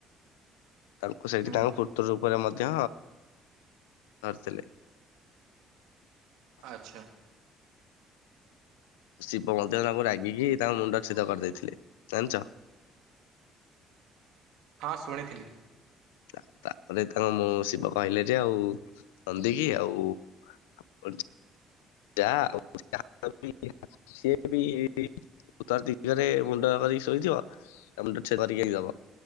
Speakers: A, on the left; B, on the right.
A: ତାଙ୍କୁ ସେଇଠି
B: ହୁଁ
A: ତାଙ୍କ ପୁତ୍ର ରୂପରେ ମଦ୍ ଧ୍ୟ ଧରିଥିଲେ।
B: ଆଚ୍ଛା।
A: ଶିବ ମଧ୍ୟ ତାଙ୍କୁ ରାଗିକି ତାଙ୍କ ମୁଣ୍ଡ ଚ୍ଛେଦ କରିଦେଇଥିଲେ, ଜାଣିଛ?
B: ହଁ ଶୁଣିଥିଲି
A: ତା- ତା ପରେ ତାଙ୍କ ମୁଁ ଶିବ କହିଲେ ଯେ ଆଉ ନନ୍ଦୀ କି ଆଉ <unintelligible> ଯାହା <unintelligible> ସିଏ ବି ଉତ୍ତର ଦିଗରେ ମୁଣ୍ଡ କରିକି ଶୋଇଥିବ। ତା ମୁଣ୍ଡ ଚ୍ଛେଦ କରିକି ଆଣିକି ଦବ।